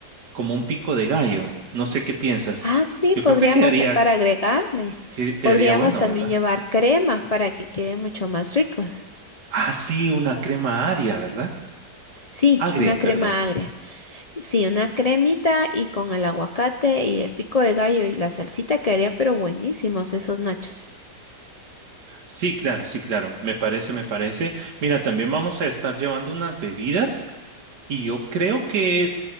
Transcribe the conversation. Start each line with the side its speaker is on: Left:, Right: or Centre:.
Right: como un pico de gallo? No sé qué piensas.
Left: Ah, sí,
Right: Yo
Left: podríamos,
Right: creo que quedaría,
Left: eh, para agregarle,
Right: que- quedaría
Left: podríamos
Right: bueno,
Left: también
Right: ¿verdad?
Left: llevar crema para que quede mucho más ricos.
Right: Ah, sí, una crema agria, ¿verdad?
Left: Sí,
Right: Agria,
Left: una crema
Right: perdón.
Left: agria. Sí, una cremita y con el aguacate y el pico de gallo y la salsita quedaría, pero buenísimos esos nachos.
Right: Sí, claro, sí, claro. Me parece, me parece. Mira, también vamos a estar llevando unas bebidas y yo creo que,